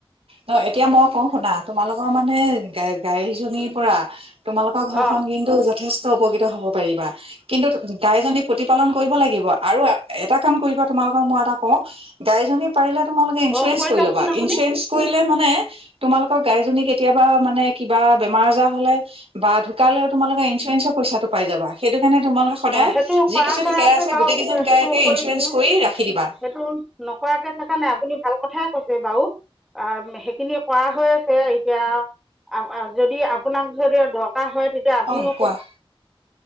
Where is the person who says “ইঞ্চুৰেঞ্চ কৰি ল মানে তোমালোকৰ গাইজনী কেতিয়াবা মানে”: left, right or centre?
Right